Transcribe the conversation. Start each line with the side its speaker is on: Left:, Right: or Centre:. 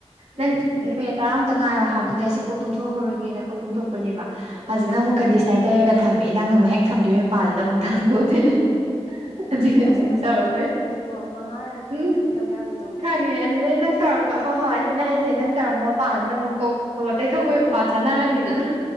Right: ꯅꯪ
Left: ꯎꯝ
Right: ꯃꯤꯠ ꯇꯔꯥ ꯑꯃꯨꯇ ꯉꯥꯏꯌꯣ ꯍꯥꯏꯕꯗꯨꯗ ꯑꯩꯁꯦ ꯀꯣꯛ ꯇꯨꯝꯊꯣꯛꯍꯧꯔꯒꯦꯅ ꯀꯣꯛ ꯇꯨꯝꯊꯣꯛꯄꯅꯦꯕ ꯍꯧꯖꯤꯛ ꯅꯪ
Left: ꯎꯝ
Right: ꯑꯃꯨꯛ ꯀꯟꯗꯤꯁꯅꯔ ꯇꯩꯔ ꯊꯝꯕꯤꯌꯦ ꯅꯪꯅ ꯑꯃꯨꯛ ꯍꯦꯛ ꯊꯝꯈꯤꯕꯒꯤ ꯃꯄꯥꯥꯟꯗꯨꯗ ꯑꯃꯨꯛ ꯊꯥꯗꯣꯛꯑꯗꯣꯏꯅꯦ ꯍꯧꯖꯤꯛꯅꯥ
Left: ꯑꯁꯤ
Right: ꯅꯪ
Left: ꯃꯁꯥꯅ
Right: ꯇꯔꯄꯩ
Left: ꯃꯨꯠꯄꯅꯦꯀꯣ ꯃꯉꯥꯔꯛ
Right: ꯎꯝ
Left: ꯈꯛꯇꯅꯦ ꯇꯧ ꯌꯥꯕꯗꯣ
Right: ꯈꯏ ꯑꯦ ꯑꯗꯨꯗꯩ ꯅꯪ ꯇꯧꯔꯛꯄ ꯍꯣꯏ ꯍꯣꯏ ꯑꯗꯨꯗꯤ ꯍꯥꯏꯖꯦ ꯅꯪ ꯇꯧꯔꯛꯄ ꯃꯄꯥꯗꯨꯗ ꯑꯃꯨꯛ ꯀꯣꯛ ꯑꯣ ꯇꯩꯊꯣꯛꯄꯩ ꯃꯄꯥ ꯆꯥꯅꯔꯅꯤꯗꯅ